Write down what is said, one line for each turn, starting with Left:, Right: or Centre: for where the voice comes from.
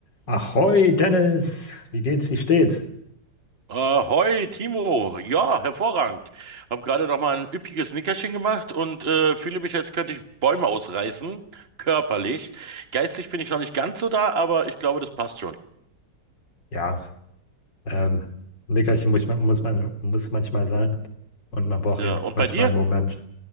Left: Ahoi, Dennis! Wie geht's? Wie steht's?
Right: Ahoi, Timo. Ja, hervorragend. Hab gerade noch mal ein üppiges Nickerchen gemacht und äh, fühle mich, als könnte ich Bäume ausreißen, körperlich. Geistig bin ich noch nicht ganz so da, aber ich glaube, das passt schon.
Left: Ja, ähm, ein Nickerchen muss, man- muss, man, muss manchmal sein. Und man braucht
Right: Ja,
Left: eben
Right: und
Left: manchmal
Right: bei dir?
Left: einen Moment,